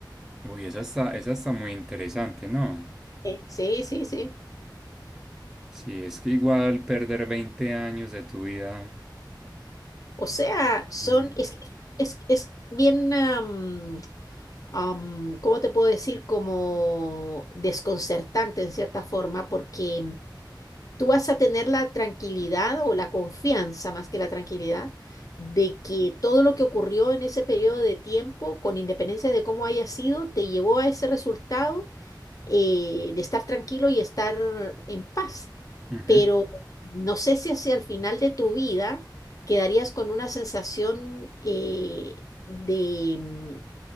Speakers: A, in the centre; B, on the left.
A: Uy, esa está, esa está muy interesante, ¿no?
B: Eh, Sí, sí, sí.
A: Sí, es que igual perder 20 años de tu vida.
B: O sea, son,
A: mm,
B: es, que- es, es bien, am, am, ¿cómo te puedo decir? Como desconcertante en cierta forma, porque tú vas a tener la tranquilidad o la confianza más que la tranquilidad de que todo lo que ocurrió en ese periodo de tiempo, con independencia de cómo haya sido, te llevó a ese resultado eh, de estar tranquilo y estar en paz.
A: ujú.
B: Pero no sé si hacia el final de tu vida quedarías con una sensación eh, de... mm,